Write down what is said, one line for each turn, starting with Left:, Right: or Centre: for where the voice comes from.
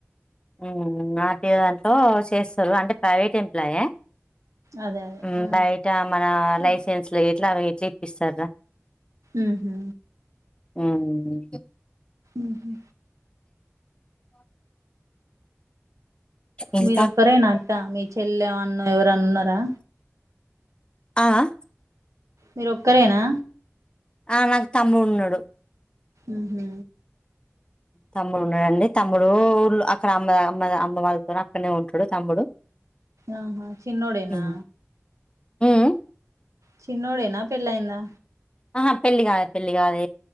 Left: హ్ము ఆర్టీఓ దాంట్లో చేస్తరు అంటే ప్రైవేట్ ఎంప్లాయే.
Right: అదే అదే
Left: ఊ
Right: ఆ
Left: బయటా మనా
Right: ఉహు
Left: లైసెన్స్లు గిట్లా అవి ఇట్ల ఇప్పిస్తర్రా.
Right: ఊహు
Left: ఉమ్
Right: ఉహు
Left: ఇంకా
Right: మీరొక్కరేనా అక్కా మీ చెల్లే వొ అన్నో ఎవరన్న ఉన్నరా.
Left: ఆహా
Right: మీరు ఒక్కరేనా
Left: ఆ నాకు తమ్ముడున్నడు
Right: ఊహు
Left: తమ్ముడు ఉన్నాడండి తమ్ముడూ ఊళ్ళొ అక్కడ అమ్మ అమ్మద అమ్మ వాళ్ళతోని అక్కడనే ఉంటడు తమ్ముడు.
Right: ఆహా చిన్నోడేనా
Left: ఉమ్ ఉమ్,
Right: చిన్నోడేనా పెళ్ళైయిందా
Left: అహా పెళ్ళి గాలే పెళ్లి గాలే